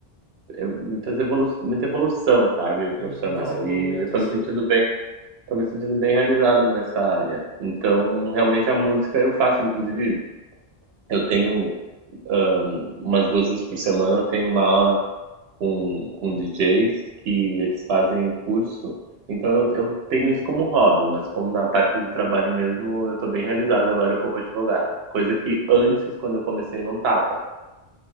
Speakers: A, on the right (about 80°); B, on the left (about 70°).
A: eu- muitas evolu muita evolução, sabe, profissional.
B: Uhum, Desenvolvimento
A: E eu estou
B: assim.
A: me sentindo bem. Tô me sentindo bem realizado nessa área. Então, realmente a música eu faço, inclusive, eu tenho ah, umas duas vezes por semana eu tenho uma aula com, com DJs que eles fazem curso. Então eu, eu tenho isso como hobby, mas como na parte do trabalho mesmo, eu tô bem realizado agora como advogado. Coisa que antes, quando eu comecei, não tava.